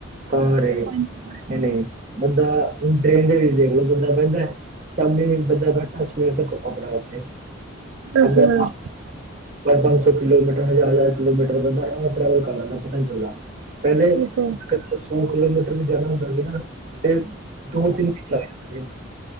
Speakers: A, on the right; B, on the right.
A: ਕਾਂ ਰੇ
B: ਹਾਂਜੀ
A: ਬੰਦਾ ਟ੍ਰੇਨ ਦੇ ਵਿੱਚ ਦੇਖ ਲੋ ਬੰਦਾ ਪੈਂਦਾ। ਸ਼ਾਮੀ ਬੰਦਾ ਬੈਠਾ ਸਵੇਰ ਤੱਕ ਆਪਣਾ ਉੱਥੇ
B: ਬਿਲਕੁਲ
A: <unintelligible> ਸੌ ਕਿਲੋਮੀਟਰ ਹਜ਼ਾਰ-ਹਜ਼ਾਰ ਕਿਲੋਮੀਟਰ ਬੰਦਾ ਟਰੈਵਲ ਕਰ ਲੈਂਦਾ ਪਤਾ ਨੀ ਚਲਦਾ। ਪਹਿਲੇ
B: ਬਿਲਕੁਲ
A: ਸੌ ਕਿਲੋਮੀਟਰ ਵੀ ਜਾਣਾ ਹੁੰਦਾ ਸੀ ਨਾ ਤੇ ਦੋ-ਤਿੰਨ ਮਹੀਨ ਲੱਗ ਜਾਂਦੇ।